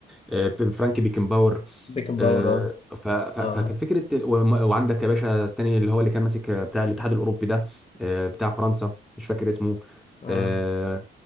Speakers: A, in the centre; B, on the left (about 30°).
A: آه، في فرانك بيكنباور
B: بيكن باور
A: آه،
B: اه
A: ف- ف- فكان
B: اه
A: فكره وم- وعندك يا باشا التاني اللي هو اللي كان ماسك آه، بتاع الاتحاد الاوروبي ده آه، بتاع فرنسا مش فاكر اسمه
B: اه
A: آه،